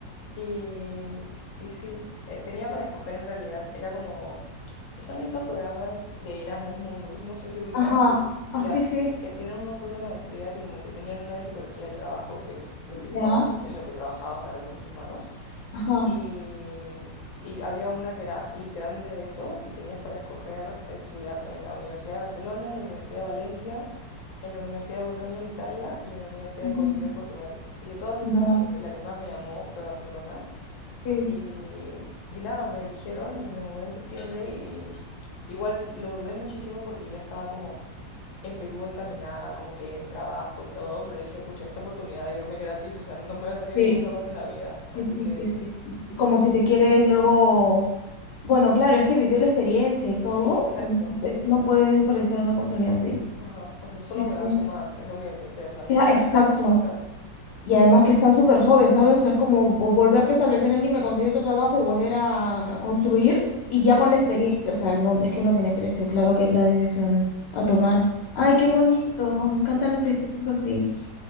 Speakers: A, on the left; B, on the left.
A: Y, y sí, eh, tenía para escoger en realidad, era como, son esos programas de Erasmus Mundus, no sé si ubicas,
B: Ajá, ah,
A: ya,
B: sí, sí,
A: que tienen un montón de maestrías y como que tenían una de psicología del trabajo, que es lo que
B: Ya,
A: yo, es- en lo que trabajaba, o sea, recursos humanos.
B: ajá,
A: Y, y había una que era literalmente de eso y tenías para escoger estudiar en la Universidad de Barcelona, en la Universidad de Valencia, en la Universidad de Bolonia en Italia y en la Universidad
B: mm,
A: de Coimbra en Portugal. Y de todas esas,
B: ya.
A: como que la que más me llamó fue Barcelona.
B: sí,
A: Y, y nada, me eligieron y me mudé en septiembre y igual lo dudé muchísimo porque ya estaba como en Perú encaminada, como que en trabajo y todo, pero dije, pucha, esta oportunidad de irme gratis, o sea, no me va a salir
B: sí,
A: nunca más en la vida. Así
B: sí, sí,
A: que...
B: sí, sí, sí, sí. Como si te quieres luego... Bueno, claro, es que vivir la experiencia y todo,
A: Sí, exacto.
B: te- no puedes desperdiciar una oportunidad así.
A: Ajá. O sea, solo
B: sí, sí.
A: me va a sumar, es lo que pensé. O sea, n-
B: Ya,
A: restar
B: exacto.
A: no va a ser.
B: Y además que está súper joven, ¿sabes? O sea, es como vo- volverte a establecer en Lima, conseguir otro trabajo y volver a construir y ya
A: Sí,
B: con la experiencia, o sea, no, es que no tiene precio, claro que es la decisión
A: sí,
B: a tomar. Ay,
A: sí,
B: qué
A: no.
B: bonito, me encantan
A: Hey.
B: las historias así.